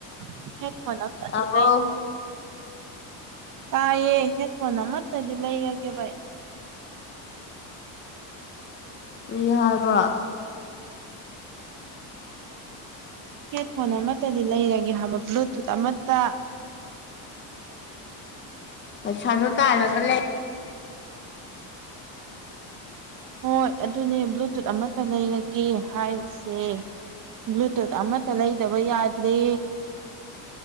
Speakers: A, on the right (about 50°); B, on the left (about 25°).
A: <unintelligible>
B: ꯇꯥꯕ꯭ꯔꯣ
A: ꯇꯥꯏꯌꯦ ꯍꯦꯠ ꯐꯣꯟ ꯑꯃꯠꯇꯗꯤ ꯂꯩꯔꯒꯦ ꯕ ꯫
B: ꯀ꯭ꯔꯤ ꯍꯥꯏꯕ꯭ꯔꯣ?
A: ꯍꯦꯠ ꯐꯣꯟ ꯑꯃꯠꯇꯗꯤ ꯂꯩꯔꯒꯦ ꯍꯥꯏꯕ ꯕ꯭ꯂꯨꯇꯨꯠ ꯑꯃꯠꯇ
B: ꯄꯩꯁꯗꯣ ꯇꯜꯂꯒꯥ ꯂꯩ
A: ꯍꯣꯏ ꯑꯗꯨꯅꯦ ꯕ꯭ꯂꯨꯇꯨꯠ ꯑꯃꯠꯇ ꯂꯩꯔꯒꯦ ꯍꯥꯏꯔꯤꯁꯦ꯫ ꯕ꯭ꯂꯨꯇꯨꯠ ꯑꯃꯠꯇ ꯂꯩꯗꯕ ꯌꯥꯗ꯭ꯔꯦ꯫